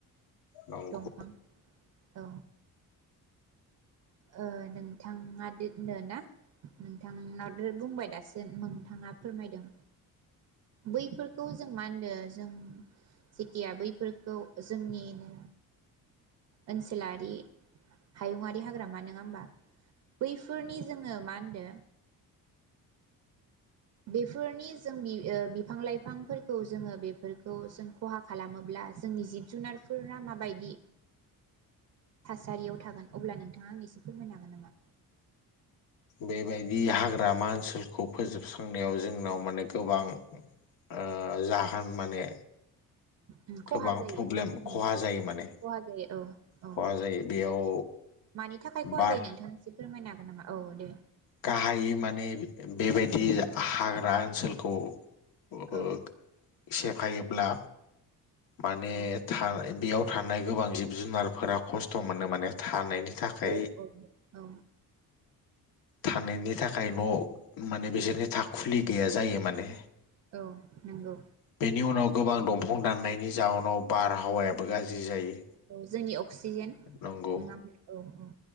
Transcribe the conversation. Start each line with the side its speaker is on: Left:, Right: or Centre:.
Left: नंगौ
Right: दंफां औ ओ नोंथाङा दोननो ना नोंथांनाव बुंबाय दासिम नोंथाङा फोरमायदों बैफोरखौ जों मा होनदो जों जेथिया बैफोरखौ जोंनिनो ओनसोलारि हायुङारि हा हाग्रामा नङाहोनबा बैफोरनि जोङो मा होनदो बेफोरनि जोंनि ओ बिफां लाइफांफोरखौ जोङो बेफोरखौ जों खहा खालामोब्ला जोंनि जिब जुनारफोरा माबायदि थासारियाव थागोन अब्ला नोंथाङा आंनो एसे फोरमायनो हागोन नामा
Left: बेबायदि हाग्रामा ओनसोलखौ फोजोबस्रांनायाव जोंनाव माने गोबां ओ जाहोन माने
Right: उम
Left: गोबां
Right: खहा जायो
Left: प्रब्लेम
Right: उम
Left: खहा जायो माने
Right: खहा जायो औ औ
Left: खहा जायो बेयाव
Right: मानि थाखाय खहा
Left: बार
Right: जायो नोंथाङा एसे फोरमायनो हागोन नामा औ दे
Left: गाहायै माने बेबायदि हाग्रा ओनसोलखौ <unintelligible>
Right: औ
Left: सेफायोब्ला माने
Right: औ
Left: था बेयाव थानाय गोबां जिब जुनारफोरा खस्थ' मोनो माने थानायनि थाखाय
Right: औ औ
Left: थानायनि थाखाय न' माने बिसोरनि थाखुलि गैया जायो माने
Right: औ नंगौ
Left: बेनि उनाव गोबां दंफां दाननायनि जाउनाव बारहावायाबो गाज्रि जायो।
Right: औ जोंनि औ। अक्सिजेन
Left: नंगौ
Right: नङा होमब्ला औ